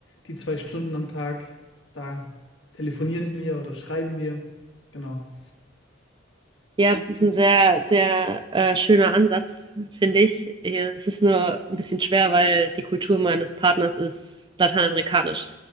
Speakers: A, on the left (about 65°); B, on the right (about 25°).
A: die zwei Stunden am Tag, da telefonieren wir oder schreiben wir. Genau.
B: Ja, das ist ein sehr, sehr äh, schöner Ansatz, finde ich. Äh, Es ist nur ein bisschen schwer, weil die Kultur meines Partners ist lateinamerikanisch.